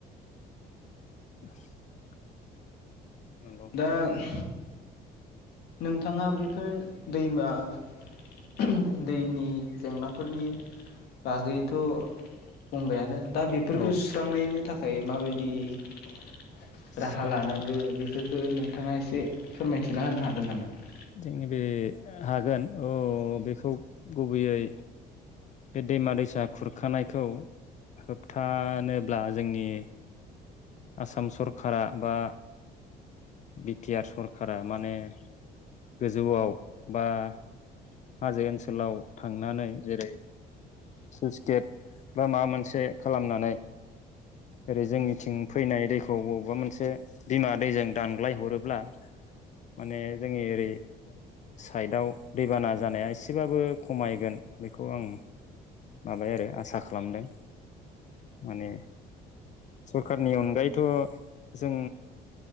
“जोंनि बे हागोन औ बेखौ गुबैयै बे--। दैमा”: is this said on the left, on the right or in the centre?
Left